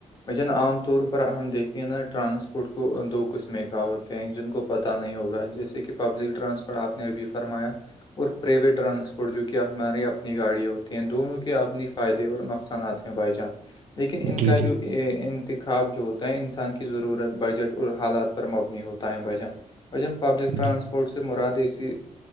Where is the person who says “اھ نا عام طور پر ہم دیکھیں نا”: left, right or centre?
Left